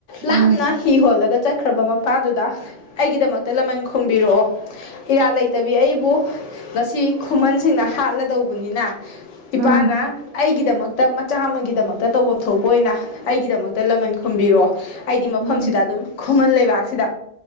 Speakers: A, on the right; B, on the left.
A: ꯎꯝ
B: ꯂꯥꯞꯅ ꯍꯤ ꯍꯣꯜꯂꯒ ꯆꯠꯈ꯭ꯔꯕ ꯃꯄꯥꯗꯨꯗ ꯑꯩꯒꯤꯗꯃꯛꯇ ꯂꯃꯟ ꯈꯣꯕꯤꯔꯛꯑꯣ ꯏꯔꯥꯜ ꯂꯩꯇꯕꯤ ꯑꯩꯕꯨ ꯉꯁꯤ ꯈꯨꯃꯟꯁꯤꯡꯅ ꯍꯥꯠꯂꯗꯧꯕꯅꯤꯅ ꯏꯄꯥꯅ
A: ꯎꯝ
B: ꯑꯩꯒꯤ ꯗꯃꯛꯇ ꯃꯆꯥ ꯑꯃꯒꯤꯗꯃꯛꯇ ꯇꯧꯕꯝ ꯊꯣꯛ ꯑꯣꯏꯅ ꯑꯩꯒꯤꯗꯃꯛꯇ ꯂꯃꯟ ꯈꯨꯝꯕꯤꯔꯑꯣ ꯑꯩꯗꯤ ꯃꯐꯝꯁꯤꯗ
A: ꯎꯝ
B: ꯑꯗꯨꯝ ꯈꯨꯃꯟ ꯂꯩꯕꯥꯛꯁꯤꯗ